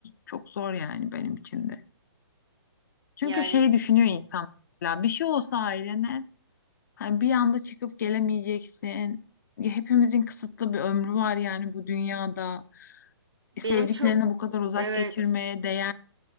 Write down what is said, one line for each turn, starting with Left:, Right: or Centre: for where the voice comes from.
Left: çok zor yani benim için de. Çünkü
Right: Yani
Left: şey düşünüyor insan mesela bir şey olsa ailene hani bir anda çıkıp gelemeyeceksin. Ya hepimizin kısıtlı bir ömrü var yani bu dünyada.
Right: benim
Left: E, Sevdiklerine
Right: çok
Left: bu kadar uzak
Right: evet
Left: geçirmeye değer.